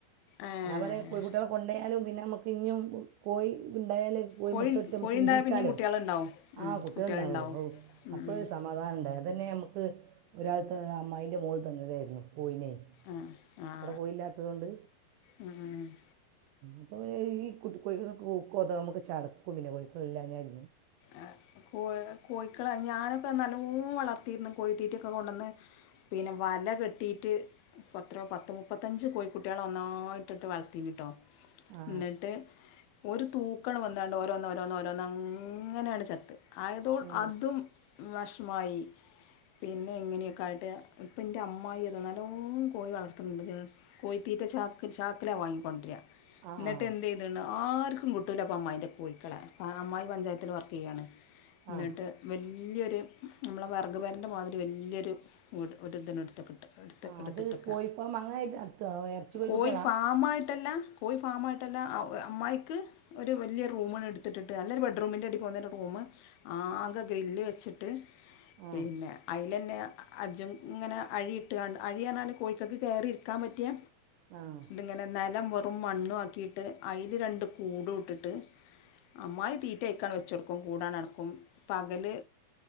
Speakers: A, on the left; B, on the right.
A: ആഹ് ഏഹ്
B: ഞാ പറയാ കോഴിക്കുട്ടിയളെ കൊണ്ടോയാലും പിന്നെ അമ്മക്ക് പിഞ്ഞും കോഴ ഉണ്ടായാൽ പോയി
A: കോഴി
B: മുട്ട ഇട്ട് നമുക്ക്
A: കോഴിണ്ടായ
B: വിരിക്കാലോ
A: പിന്നെയും കുട്ടികളുണ്ടാവും
B: ആ
A: ഉം
B: കുട്ടികള
A: കുട്ടികളുണ്ടാവും
B: ഉണ്ടാവല്ലോ ഔ
A: ഉം
B: അപ്പഴ ഒരു സമാധാന ഉണ്ട അത് തന്നെ നമുക്ക് ഒരാൾത്ത് അമ്മായിന്റെ മോുകളിൽ തന്നതായിരുന്നു കോയിനെ
A: ആഹ് ആഹ്
B: ഇവിടെ കോയില്ലത്തതുകൊണ്ട്
A: ഉം ഉം
B: അപ്പം ഈ കുട്ടി കോഴക്കൾ കൊതകം നമുക്ക് ചടക്കും പിന്നെ കോഴക്കള എല്ല ഞ്ഞാൽെ
A: ആഹ് കോ കോഴിക്കള ഞാനൊക്കെ നല്ലോ വളർത്തിയിരുന്നു കോഴിത്തീറ്റൊക്കെ കൊണ്ടുവന്ന് പിന്നെ വല കെട്ടിയിട്ട് ഇപ്പൾ അത്രയോ പത്ത് മുപ്പത്തഞ്ച് കോഴിക്കുട്ടികളെ ഒന്നായിട്ടിട്ട് വളർത്തിന്ന കേട്ടോ
B: ആ
A: എന്നിട്ട് ഒരു തൂക്കണം വന്നാണ്ട് ഓരോന്ന് ഓരോന്ന് ഓരോന്ന് അങ്ങനെയാണ് ചത്ത് ആയതോൾ
B: ഏ
A: അതും വിഷമായി പിന്നെ ഇങ്ങനെയൊക്കൊയിട്ട് ഇപ്പ എന്റെ അമ്മായിതല്ലോം കോഴി വളർത്തുന്നുണ്ട് കോയ്ത്തീറ്റ ച ചാക്കിലാ വാങ്ങിക്കൊണ്ടരാ
B: ആ
A: എന്നിട്ട്
B: ആ
A: എന്ത് ചെയ്തുണ്ട് ആർക്കും കിട്ടൂല അപ്പൊ അമ്മായിൻന്റെ കോഴിക്കളെ അമ്മയിന്റെ പഞ്ചായത്ത് ത്തിൽ വർക്ക് ചെയ്യണ് എന്നിട്ട്
B: ആ
A: വലിയൊരു നമ്മളെ വർഗ്ഗഭരൻ്റെ മാതിരി വലിയൊരു വീട് ഒരുരിതനം എടുത്ത കിട്ടും എടുത്ത്
B: ആ
A: എടുത്തിട്ടക്ക
B: അത് കോഴി ഫാം അങ്ങനെ നടത്തുകയാണോ ഇറച്ചി കോഴിക്കുട്ടികളാ
A: കോഴി ഫാമ മയിട്ടല്ല പോയി ഫാമായിട്ടല്ല അമ്മായിയ്ക്ക് ഒരു വലിയ റൂമിണ് എടുത്തിട്ടിട്ട് നല്ലൊരു ബെഡ റൂമിൻ്റെ അടി പോന്നര് റൂമ്ആകെ ഗ്രില്ല് വെച്ചിട്ട്
B: ആ
A: പിന്നെ അയിലന്നെ അജ്ജും ഇങ്ങനെ അഴിട്ട് കാണ്ട് അഴി റ്ഞ്ഞാല് കോഴിക്കൾക്ക് കയറിയിരിക്കാൻ പറ്റിയ
B: ആഹ്
A: ങ്ങനെ നിലം വെറും മണ്ണും ആക്കിട്ട് അയില് രണ്ട്കൂട് ഇട്ട്ട്ട് അമ്മായി തീ വെച്ചട്ക്കും കൂടാണ്ട് അട്ക്കും പകല്